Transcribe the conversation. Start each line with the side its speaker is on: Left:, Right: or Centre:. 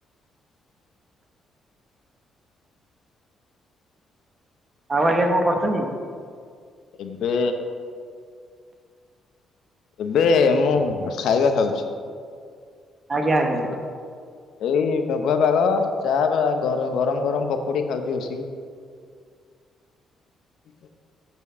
Right: ଆଉ ଆଜ୍ଞା କଣ କରୁଛନ୍ତି?
Left: ଏବେ ଏବେ ମୁଁ ଖାଇବା ଖାଉଛି।
Right: ଆଜ୍ଞା ଆଜ୍ଞା।
Left: ଏଇ ମେଘୁଆ ପାଗ ଚା ଗ ଗର ଗରମ ଗରମ ପକୁଡି ଖାଉଛି ବସିକି। <unintelligible>